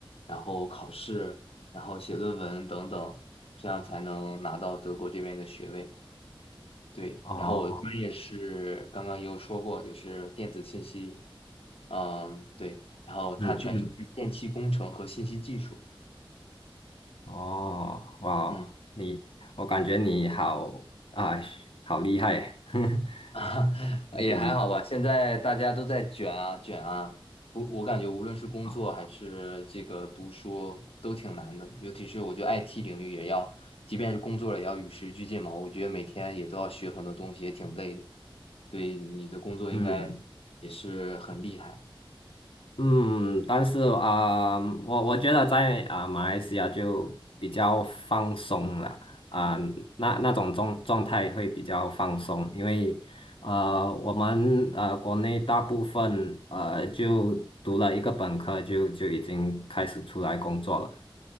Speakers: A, on the left; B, on the left.
A: 然后考试，然后写论文等等，这样才能拿到德国这边的学位。对，
B: 哦，
A: 然后我的专业是刚刚也有说过，就是电子信息，嗯，对，然后它全称是电气工程和信息技术，
B: 嗯嗯，哦，哇，
A: 嗯，
B: 你我感觉你好啊，好厉害，<laughs>
A: <laughs> 啊，也还好吧。
B: 嗯，
A: 现在大家都在卷啊卷啊，我我感觉无论是工作还是这个读书都挺难的，
B: 啊，
A: 尤其是我觉得 IT 领域也要，即便是工作了也要与时俱进嘛，我觉得每天也都要学很多东西，也挺累的，所以你的工作应该也是很厉害，
B: 嗯。嗯，但是啊、我我觉得在啊、马来西亚就比较放松了啊、那那种状状态会比较放松，因为呃，我们呃国内大部分呃就读了一个本科就就已经开始出来工作了，